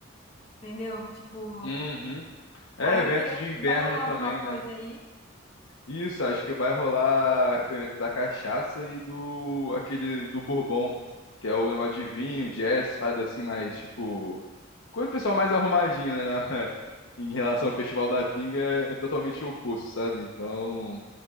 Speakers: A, on the left; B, on the left.
A: entendeu? Tipo.
B: Uhum. É,
A: Aí
B: eventos
A: eu queria.
B: de inverno
A: Vai rolar
B: também,
A: alguma coisa
B: né?
A: aí?
B: Isso, acho que vai rolar da cachaça e do aquele do bourbon, que é o negócio de vinho, jazz, parada assim, mais tipo, coisa do pessoal mais arrumadinho, né, na- <laughs> em relação ao Festival da Pinga, é totalmente oposto, sabe? Então,